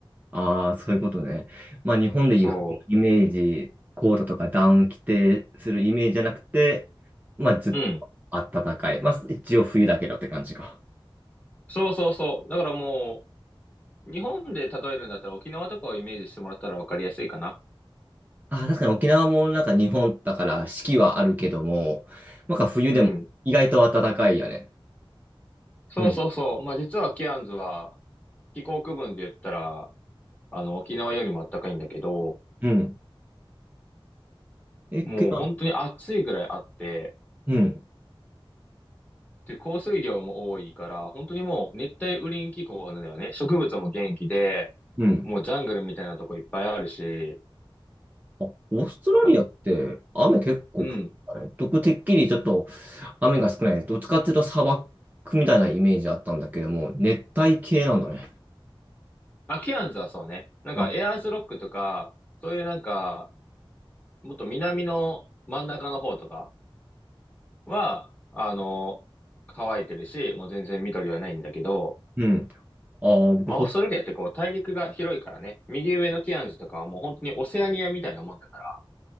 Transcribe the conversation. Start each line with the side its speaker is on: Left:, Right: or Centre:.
Right: ああ、そういうことね。まあ、日本でいう服のイメージ、
Left: そ
Right: コートとかダウン着てするイメージじゃなくて、まあ、ずっ
Left: う。うん。
Right: と暖かい。まあ、一応冬だけどって感じか。
Left: そうそうそう。だからもう、日本で例えるんだったら沖縄とかをイメージしてもらったらわかりやすいかな。
Right: ああ、確かに沖縄もなんか日本だから四季はあるけども、なんか冬でも意外と暖かいよね。
Left: うん。そうそうそう。
Right: うん。
Left: まあ実はケアンズは気候区分で言ったら、あの沖縄よりも暖かいんだけど、
Right: うん。え、
Left: もう本当に暑いぐらいあって、
Right: けどうん。
Left: で、降水量も多いから、本当にもう熱帯雨林気候なんだよね。植物も元気で、
Right: うん。
Left: もうジャングルみたいなとこいっぱいあるし、
Right: あ、オーストラリアって雨結構降るからね。
Left: ま、うん。
Right: 僕、てっきりちょっと雨が少ない。どっちかっていうと砂漠みたいなイメージあったんだけども、熱帯系なんだね。
Left: あ、ケアンズはそうね。なんかエアーズロックとか、
Right: あ、
Left: そういうなんか、もっと南の真ん中の方とか、は、あの、乾いてるし、もう全然緑はないんだけど、
Right: うん。あー、僕そ、
Left: まあ、オーストラリアってこう、大陸が広いからね、右上のケアンズとかはもう本当にオセアニアみたいなもんだから、